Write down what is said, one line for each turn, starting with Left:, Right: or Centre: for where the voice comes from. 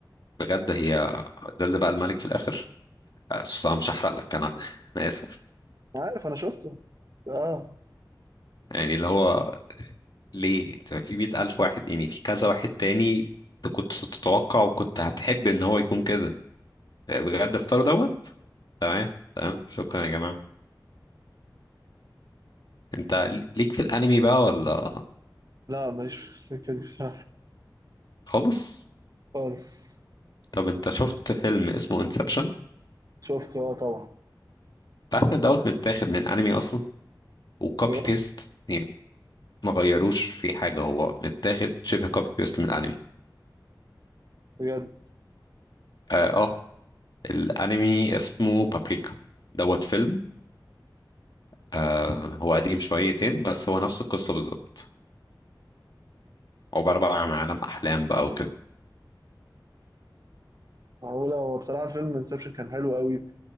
Left: بجد هي ده اللي بقى الملك في الاخر أصل انا مش هحرق لك انا انا اسف
Right: أنا عارف انا شفته اه
Left: يعني اللي هو ليه أنت في مئة الف واحد يعني في كذا واحد تاني أنت كنت تتوقع وكنت هتحب ان هو يكون كده بجد اختار دوت تمام تمام شكرا يا جماعة انت ليك في الانمي بقى ولا
Right: لا ماليش في السكة دي بصراحة
Left: خالص
Right: خالص
Left: طب انت شفت فيلم اسمه انسبشن
Right: شفته اه طبعا
Left: انت عارف ان دوت متاخد من انمي اصلا وكوبي
Right: بجد
Left: بيست يعني ما غيروش في حاجة هو متاخد شبه كوبي بيست من الانمي
Right: بجد
Left: اه, آه الانمي اسمه بابريكا دوت فيلم آه هو قديم شويتين بس هو نفس القصة بالظبط عبارة بقى عن عالم احلام بقى وكده
Right: معقولة هو بصراحة الفيلم انسبشن كان حلو قوي